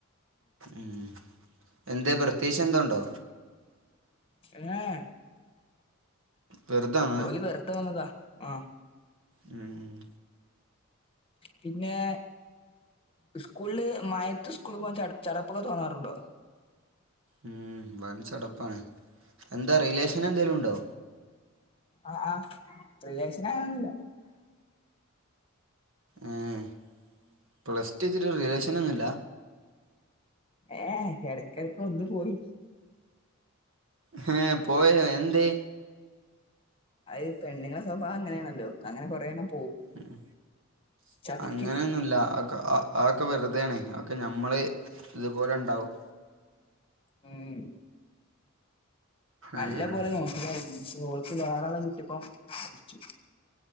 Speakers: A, on the right; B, on the left.
A: ഉം എന്തെ പ്രത്യേഗിച്ച് എന്തോണ്ടോ?
B: ഏ ഏ
A: വെറുതെ വന്നതാ?
B: ഓല് വെർതെ വന്നതാ ആഹ്
A: ഉം
B: പിന്നെ ഇസ്കൂളില് മയത്ത് സ്കൂൾ പോവാൻ ചട് ചടപ്പൊക്കെ തോന്നാറുണ്ടോ?
A: ഉം വൻ ചടപ്പാണ് എന്താ റിലേഷൻ എന്തേലുണ്ടോ?
B: ആഹ് ആഹ് റിലെഷനങ്ങനൊന്നുല്ല.
A: എഹ് പ്ലസ്റ്റു എത്തിട്ട് റിലേഷനൊന്നുല്ല.
B: ഏഹ് എടക്ക് എടക്ക് ഒന്ന്പോയി.
A: ഹേ പോയോ എന്തെ?
B: അയ് പെണ്ണ്ങ്ങളെ സ്വഭാവം അങ്ങനേണല്ലോ അങ്ങനെ കൊറേയെണ്ണം
A: ഉം
B: ചതിക്കും
A: അങ്ങനെയൊന്നുല്ല അതൊക്കെ ആഹ്. അതൊക്കെ വെറുതേണ് അതൊക്കെ ഞമ്മള് ഇത്പോലെണ്ടാവും.
B: ഉം നല്ല
A: ഏ.
B: പോലെ നോക്കിയതാണ് ഇന്ന്ട്ടോള് ക്ക് വേറാളെ കിട്ടിയപ്പ ചതിച്ചു.